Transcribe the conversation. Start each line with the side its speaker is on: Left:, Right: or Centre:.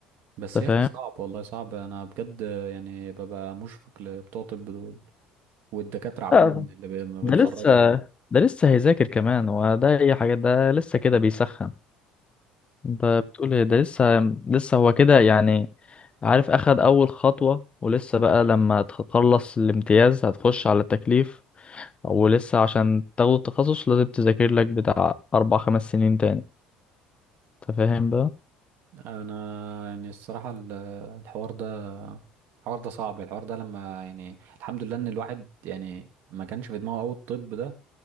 Right: بس
Left: أنت
Right: يا
Left: فاهم؟
Right: اخي صعب والله صعب انا بجد يعني ببقى مشفق لبتوع طب دول والدكاتره عموما
Left: آه،
Right: اللي بي- ما
Left: ده
Right: بيتخرجوا
Left: لسه ده لسه هيذاكر كمان وده أي حاجة ده لسه كده بيسخن أنت بتقول إيه؟ ده لسه لسه هو كده يعني عارف أخد أول خطوة ولسه بقى لما تخلص الامتياز هتخش على التكليف ولسه عشان تاخد التخصص لازم تذاكر لك بتاع أربع خمس سنين تاني أنت فاهم بقى؟
Right: انا يعني الصراحه ال- الحوار ده الحوار ده صعب الحوار ده لما يعني الحمد لله ان الواحد يعني ما كانش في دماغه قوي الطب ده